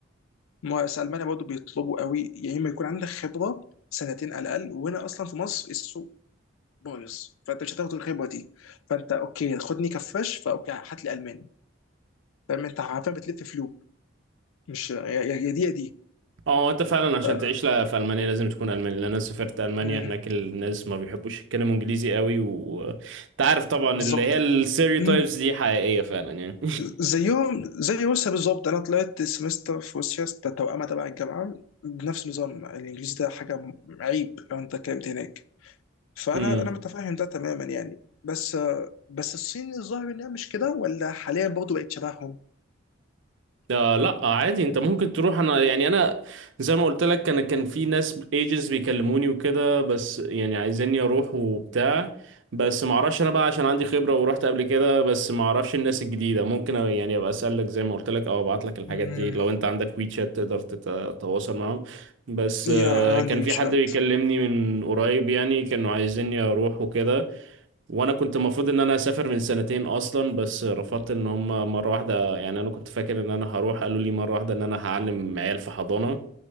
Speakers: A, on the left; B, on the right.
A: ما في المانيا برضه بيطلبوا قوي يا اما يكون عندك خبره سنتين على الاقل وهنا اصلا في مصر السوق بايظ فانت مش هتاخد الخبره دي فانت اوكي خدني كفاش فاوكي هات لي الماني فاهم انت عارفين بتلف فلوب مش يا يا- يا دي يا دي
B: اه هو انت فعلا عشان
A: آه،
B: تعيش لا في المانيا لازم تكون الماني لان انا سافرت المانيا
A: مم.
B: هناك الناس ما بيحبوش يتكلموا انجليزي قوي وانت عارف طبعا
A: بالظبط
B: اللي هي الستيreotypes
A: مم.
B: دي حقيقيه فعلا يعني
A: زيهم زي روسيا بالظبط انا طلعت سمستر في روسيا ده توأمة تبع الجامعه بنفس النظام الانجليزي ده حاجه م- عيب لو انت اتكلمت هناك فانا
B: <laughs>
A: انا متفاهم ده تماما يعني بس آه، بس الصين الظاهر انها مش كده ولا حاليا برضه بقت شبههم
B: آه لا عادي انت ممكن تروح انا يعني انا زي ما قلت لك انا كان في ناس ايجنتس بيكلموني وكده بس يعني عايزيني اروح وبتاع بس ما اعرفش انا بقى عشان عندي خبرة ورحت قبل كده بس ما اعرفش الناس الجديدة ممكن يعني ابقى اسالك زي ما قلت لك او ابعت لك الحاجات
A: مم.
B: دي لو انت عندك ويتشات تقدر تتواصل معاهم بس
A: يا
B: آه
A: عندي
B: كان
A: واتشات
B: في حد بيكلمني من قريب يعني كانوا عايزيني اروح وكده وانا كنت المفروض ان انا اسافر من سنتين اصلا بس رفضت ان هم مره واحده يعني انا كنت فاكر ان انا هروح قالوا لي مره واحده ان انا هعلم عيال في حضانه